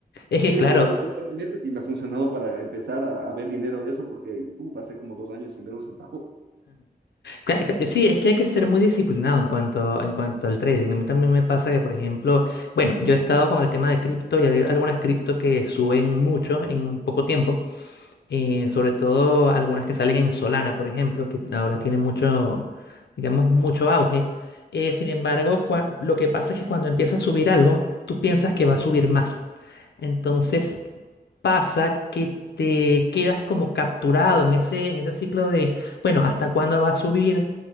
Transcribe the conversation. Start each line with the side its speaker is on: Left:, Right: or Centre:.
Left: Es que
Right: Eso
Left: claro,
Right: lo hago por meses y me ha funcionado para empezar a, a ver dinero de eso, porque uh, pasé como dos años sin ver un centavo.
Left: cla- cla- sí, es que hay que ser muy disciplinado en cuanto, en cuanto al trading. A mí también me pasa que, por ejemplo, bueno, yo he estado con el tema de cripto y hay algunas cripto que suben mucho en poco tiempo. eh, sobre todo algunas que salen en Solana, por ejemplo, que ahora tienen mucho, digamos, mucho auge. Eh, sin embargo, cua- lo que pasa es que cuando empieza a subir algo, tú piensas que va a subir más. Entonces pasa que te quedas como capturado en ese, en ese ciclo de, bueno, ¿hasta cuándo va a subir?